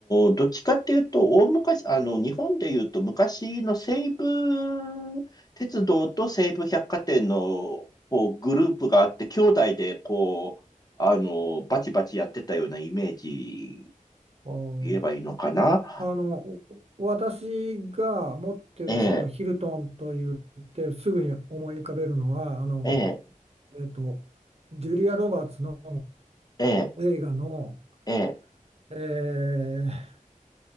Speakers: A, on the left; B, on the right.
A: ーどっちかっていうと、大昔、あの、日本で言うと昔の西武鉄道と西武百貨店のこうグループがあって、兄弟でこう、あのーバチバチやってたようなイメージ
B: あー
A: 言えばいいのかな。
B: あの、お私が持ってるそのヒルトンと言ってすぐに思い浮かべるのは、
A: ええ、
B: あの、
A: ええ、
B: えっと、ジュリア・ロバーツの
A: ええ、
B: 映画の、
A: ええ。
B: えー